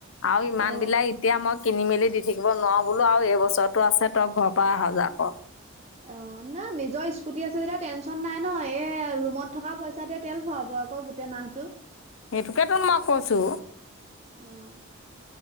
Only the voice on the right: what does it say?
অ
অ, না নিজৰ স্কুটি আছে যেতিয়া টেনশচন নাই ন। এ ৰুমত থকা পইচাটোৱে তেল ভৰাব আকৌ গোট টে মাহটো।
অ